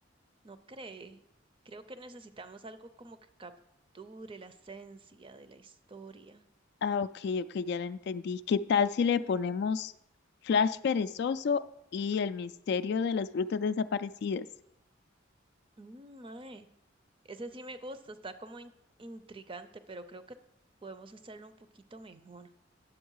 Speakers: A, on the right; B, on the left.
A: ¿no cree? Creo que necesitamos algo como que capture la esencia de la historia.
B: Ah, ok, ok, ya lo entendí. ¿Qué tal si le ponemos Flash Perezoso y el misterio de las frutas desaparecidas?
A: Mm, mae, ese sí me gusta, está como in- intrigante, pero creo que podemos hacerlo un poquito mejor.